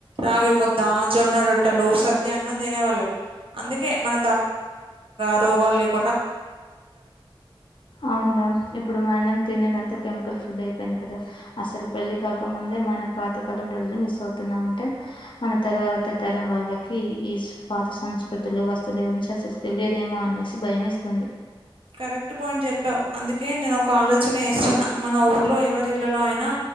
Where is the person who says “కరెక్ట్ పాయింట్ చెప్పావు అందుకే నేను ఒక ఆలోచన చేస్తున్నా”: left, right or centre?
Right